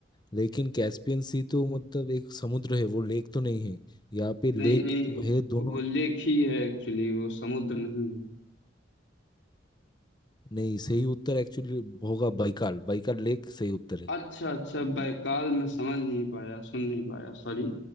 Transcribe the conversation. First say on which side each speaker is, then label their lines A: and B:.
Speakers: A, on the left; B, on the left.
A: लेकिन कैस्पियन सी तो मतलब एक समुद्र है वो लेक तो नहीं है यहाँ पे लेक
B: नहीं नहीं
A: है दोनों
B: वो लेक ही है एक्चुअली वो समुद्र नहीं है
A: नहीं सही उत्तर एक्चुअली होगा बैकाल बैकाल लेक सही उत्तर है
B: अच्छा अच्छा बैकाल मैं समझ नहीं पाया सुन नहीं पाया सॉरी